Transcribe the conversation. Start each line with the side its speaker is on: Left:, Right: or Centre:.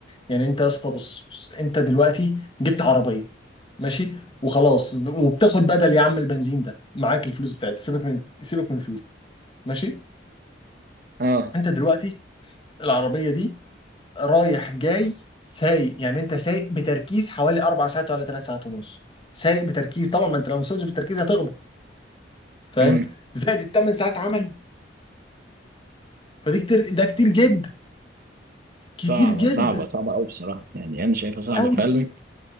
Left: يعني انت يا اسطى بص بص، انت دلوقتي جبت عربيه ماشي وخلاص وبتاخد بدل يا عم البنزين ده معاك الفلوس بتاعتك سيبك من سيبك من الفلوس ماشي
Right: اه
Left: انت دلوقتي العربيه دي رايح جاي سايق يعني انت سايق بتركيز حوالي اربع ساعات ولا ثلاث ساعات ونص سايق بتركيز طبعا ما انت لو ما سوقتش بتركيز هتغلط فاهم
Right: امم
Left: زائد الثمان ساعات عمل فدي كتير ده كتير جدا كتير
Right: صعبة
Left: جدا
Right: صعبة صعبة أوي بصراحة يعني أنا شايفها صعبة
Left: قوي
Right: فعلا